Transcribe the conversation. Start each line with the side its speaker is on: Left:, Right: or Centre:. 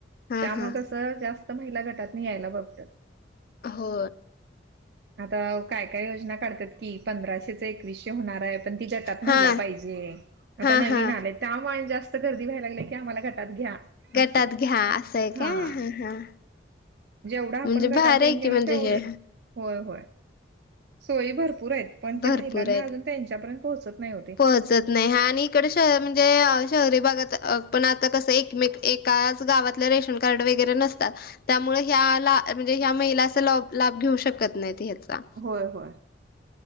Left: हा
Right: त्यामुळे
Left: हा
Right: कस जात महिला गटात म यायला बघत
Left: हो
Right: आता काय काय योजना काढतात की पंधराशेच एकवीसशे होणार आहे पण ती जटात महिला
Left: हा
Right: पाहिजे
Left: हा
Right: आता नवीन
Left: हा
Right: आले त्यामुळे जास्त गर्दी व्हायला लागले की आम्हाला घटात घ्या
Left: गटात
Right: असं
Left: घ्या असंय
Right: हा
Left: काय ह हा
Right: जेवढा आपण
Left: म्हणजे
Right: गटात
Left: भारी
Right: जाईन
Left: आहे
Right: त्यानी
Left: की म्हणजे
Right: तेवढं
Left: हे
Right: होय होय सोयी भरपूर आहेत पण ते
Left: भरपूर
Right: महिलांना अजून त्यांच्यापर्यंत पोहोचत नाही होते
Left: त नाही आणि इकडे म्हणजे शहरी भागात पण आता कस एकमेक एकाच गावातले रेशन कार्ड वगैरे नसतात त्यामुळे ह्या ला म्हणजे ह्या महिला अस लाभ घेऊ शकत नाहीत ह्याचा
Right: होय होय